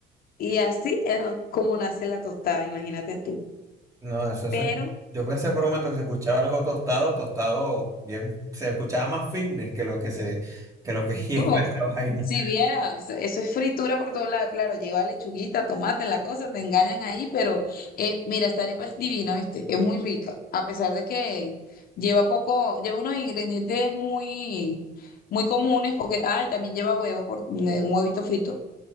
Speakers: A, on the left (about 60°); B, on the right (about 20°).
A: Y así es don- como nace la tostada, imagínate tú.
B: No, eso
A: Pero
B: se... Yo pensé por un momento que se escuchaba algo tostado, tostado bien, se escuchaba más fitness que lo que se, que lo que <laughs> lleva
A: Oh,
B: esta vaina.
A: si vieras, eso es fritura por todos lados, claro, lleva lechuguita, tomate, la cosa, te engañan ahí, pero eh, mira, esta arepa es divina, ¿viste? Es muy rica, a pesar de que lleva poco, lleva unos ingredientes muy, muy comunes, porque, ay, también lleva huevo, por, eh, un huevito frito.